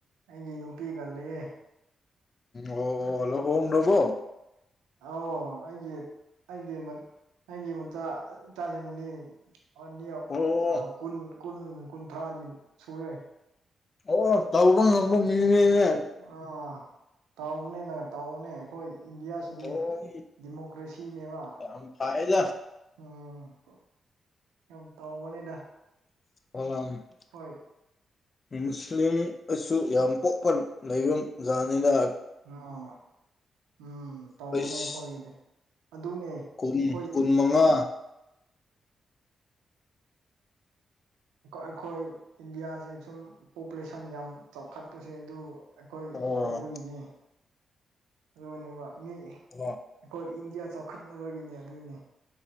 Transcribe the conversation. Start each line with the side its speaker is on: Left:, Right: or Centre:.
Right: ꯑꯩꯒꯤ ꯅꯨꯄꯤꯒ ꯂꯩꯌꯦ
Left: ꯑꯣ ꯑꯣ ꯂꯨꯍꯣꯡ ꯗꯕꯣ
Right: ꯑꯣ ꯑꯩꯖꯦ ꯑꯩꯖꯦ ꯃꯇꯝ__ ꯑꯩꯒꯤ ꯃꯆꯥ ꯏꯇꯥꯁꯤꯡꯅꯤ ꯑꯅꯤ
Left: ꯑꯣ
Right: ꯀꯨꯟ ꯀꯨꯟ ꯀꯨꯟꯊ꯭ꯔꯥꯗꯤ ꯁꯨꯔꯦ
Left: ꯑꯣ ꯇꯧꯕ ꯉꯝꯕ ꯃꯤꯅꯦꯌꯦ
Right: ꯑꯥ ꯇꯧꯕꯅꯤꯅꯦ ꯇꯧꯕꯅꯦ ꯑꯩꯈꯣꯏ ꯏꯟꯗꯤꯌꯥꯁꯤ__ <unintelligible> ꯗꯤ
Left: ꯑꯣ
Right: ꯗꯤꯃꯣꯀ꯭ꯔꯦꯁꯤꯅꯦꯕ
Left: ꯌꯥꯝ ꯐꯩꯗ
Right: ꯑ ꯌꯥꯝ ꯇꯧꯕꯅꯦꯗ
Left: <unintelligible>
Right: ꯍꯣꯏ
Left: ꯃꯨꯁꯂꯤꯝ ꯑꯁꯨ ꯌꯥꯝ ꯄꯣꯛꯄ ꯂꯩꯕꯝ ꯌꯥꯅꯤꯗ
Right: ꯑ ꯎꯝ ꯇꯧꯕꯅꯦ
Left: ꯑꯩꯁ
Right: ꯑꯩꯈꯣꯏꯒꯤꯗꯤ ꯑꯗꯨꯅꯦ
Left: ꯀꯨꯟ
Right: ꯈꯣꯏ
Left: ꯀꯨꯟ
Right: ꯑꯩꯈꯣꯏ
Left: ꯃꯉꯥ
Right: ꯑꯩꯈꯣꯏ ꯏꯟꯗꯤꯌꯥꯁꯦ ꯁꯨꯝ ꯄꯣꯄꯨꯂꯦꯁꯟ ꯌꯥꯝ ꯆꯥꯎꯈꯠꯄꯁꯦ ꯑꯗꯨ ꯑꯩꯈꯣꯏ
Left: ꯑꯣ
Right: ꯂꯩꯕꯒꯤꯅꯤ ꯑꯗꯨꯕꯨꯅꯦꯕ ꯃꯤ
Left: ꯗꯨꯑꯥ
Right: ꯑꯩꯈꯣꯏ ꯏꯟꯗꯤꯌꯥ ꯆꯥꯎꯈꯠꯅꯕꯒꯤꯅꯦ ꯑꯗꯨꯅꯤ